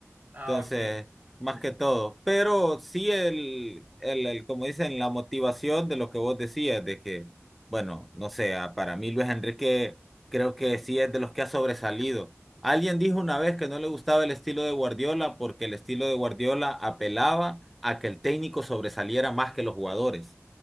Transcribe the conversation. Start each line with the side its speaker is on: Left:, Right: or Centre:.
Right: Ah,
Centre: Entonces,
Right: ok, ok.
Centre: más que todo. Pero sí el, el, el, como dicen, la motivación de lo que vos decías, de que, bueno, no sé, a- para mí Luis Enrique creo que sí es de los que ha sobresalido. Alguien dijo una vez que no le gustaba el estilo de Guardiola porque el estilo de Guardiola apelaba a que el técnico sobresaliera más que los jugadores